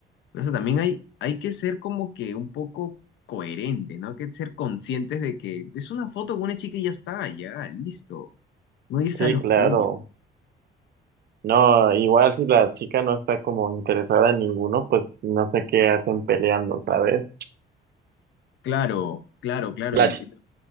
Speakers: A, on the left; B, on the right.
A: pero, o sea, también hay, hay que ser como que un poco coherente, ¿no? Hay que ser conscientes de que es una foto con una chica y ya está, ya, listo. No irse
B: Sí,
A: a los
B: claro.
A: Sí. puños.
B: No, igual si la chica no está como interesada en ninguno, pues no sé qué hacen peleando, ¿sabes?
A: Claro, claro, claro.
B: La,
A: Y,
B: ch-
A: y-